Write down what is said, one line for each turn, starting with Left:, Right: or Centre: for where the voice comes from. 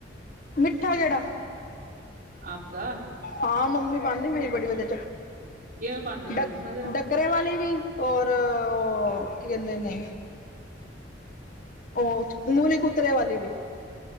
Left: ਮਿੱਠਾ ਕਿਹੜਾ
Right: ਆਮ ਦਾ
Left: ਹਾਂ ਮੰਮੀ ਪਾਉਂਦੀ ਮੇਰੀ ਬੜੀ ਵਧੀਆ
Right: ਕਿਵੇਂ ਪਾਉਂਦੇ ਨੇ
Left: ਡਕ
Right: ਦੱਸਣਾ ਜਰਾ
Left: ਡਕ। <unintelligible> ਵਾਲੀ ਵੀ ਔਰ ਓ ਕੀ ਕਹਿੰਦੇ ਨੇ ਓਚ ਮੂਲੀ ਕੁੂਤਰੇ ਵਾਲੀ ਵੀ।